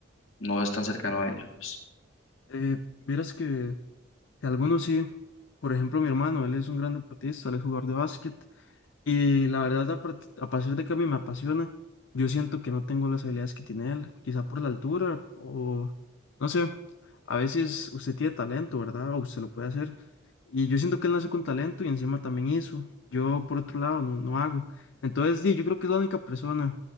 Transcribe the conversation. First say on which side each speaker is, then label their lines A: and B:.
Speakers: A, on the left; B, on the left.
A: no es tan cercano a ellos.
B: Eh, vieras que, que algunos sí. Por ejemplo, mi hermano, él es un gran deportista, él es jugador de básquet Y la verdad, a, part- a partir de que a mí me apasiona, yo siento que no tengo las habilidades que tiene él, quizá por la altura o no sé, a veces usted tiene talento, ¿verdad? O usted lo puede hacer. Y yo siento que él nace con talento y encima también hizo. Yo, por otro lado, no, no hago. Entonces, di, yo creo que es la única persona.